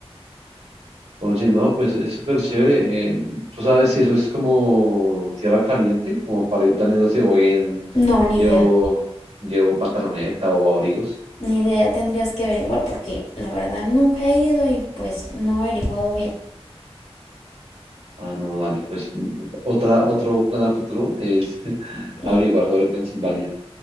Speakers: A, on the right (about 75°); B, on the left (about 80°).
A: Oye, no, pues es súper chévere. eh, ¿tú sabes si eso es como tierra caliente? Como para ir planeando si voy en...
B: No, ni
A: Llevo,
B: idea.
A: llevo pantaloneta o abrigos.
B: Ni idea, tendrías que averiguar porque la verdad nunca he ido y pues no he averiguado bien.
A: Ah, no, dale, pues mm, otra, otro plan a futuro es <laughs>
B: Eh,
A: averiguar sobre Pensilvania.